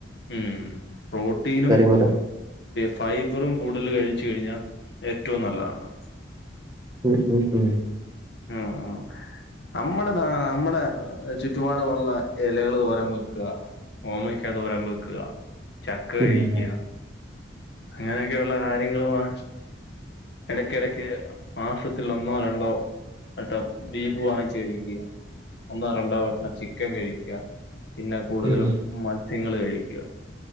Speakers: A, on the left (about 65°); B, on the right (about 20°).
A: ഉം പ്രോട്ടീനും
B: മൂലം
A: ഫൈബറും കൂടുതൽ കഴിച്ച് കഴിഞ്ഞാൽ ഏറ്റവും നല്ലതാണല്ലോ
B: ഉം ഉം ഉം
A: ഉം ഉം നമ്മടെ നാ നമ്മടെ ചുറ്റുപാടുള്ള എലകള് തോരൻ വെക്ക്ക ഓമയ്ക്കാ തോരൻ വെക്ക്ക ചക്ക
B: ഉം
A: കഴിക്ക്ക
B: ഉം
A: അങ്ങനെയൊക്കുള്ള കാര്യങ്ങളുആ എടക്കെടയ്ക്ക് മാസത്തിൽ ഒന്നോ രണ്ടോ വട്ടം ബീഫ് വാങ്ങിച്ച് കഴിക്ക്ക ഒന്നോ രണ്ടോ വട്ടം ചിക്കൻ കഴിക്കുക പിന്നെ കൂടുതലും
B: ഉം
A: മത്സ്യങ്ങള് കഴിക്കുക